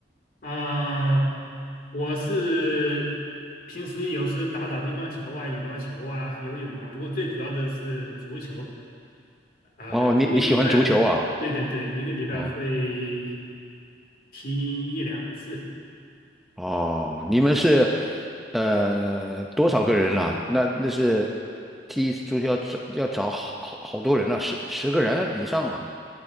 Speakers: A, on the left; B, in the centre.
A: 啊！呃我是平时有时打打乒乓球啊、羽毛球啊、游泳啊，不过最主要的是足球。啊、
B: 哦，你你喜欢足球啊？
A: 一个礼拜，对对对，一个礼拜会
B: 哦。
A: 踢一两次。
B: 哦，你们是呃多少个人啦、那那是踢一次足球要找要找好好好多人啊，十十个人以上啊。